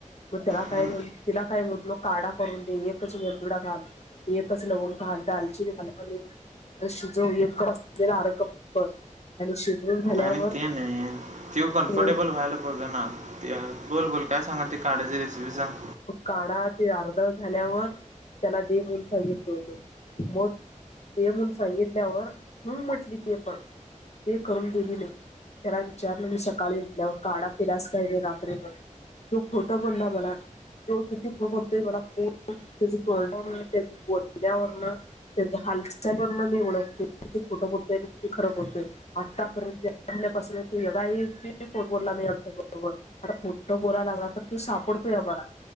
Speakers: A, on the left; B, on the right.
A: मग त्याला काय
B: हम्म.
A: म्ह तिला काय म्हटलो काढा करून दे एकच वेलदुडा घाल एकच लवंग घाल दालचिरी खा आणि शिजव एक कप असलेला आर कप कर. आणि शिजवून झाल्यावर
B: आणि ते नाही तो कंफर्टेबल
A: अ
B: व्हायला बघना त्यात बोलबोल. काय सांगालती काढ्याची रेसिपी सांग.
A: काढा ते अर्ध झाल्यावर त्याला दे म्हणून सांगितल होतो. मग दे म्हणून सांगितल्यावर हम्म म्हटली ती पण ते करून दिली नाही. त्याला विचारलं मी सकाळी उठल्यावर काढा पिलास काय रात्री म्हण. तो खोटं बोलला मला. तो किती खोट बोलतोय पूर्ण त्याच्या तोंडावरन त्या बोलण्यावरन तेज हालचालीवर मी ओळखतोय किती खोटं बोलतोय आणि किती खर बोलतोय. आतापर्यंत जन्मल्यापासून तो एवढाही खोट बोलला नाही आमच्या बरोबर. फार खोटं बोलाय लागला तर तो सापडतोय काय आम्हाला.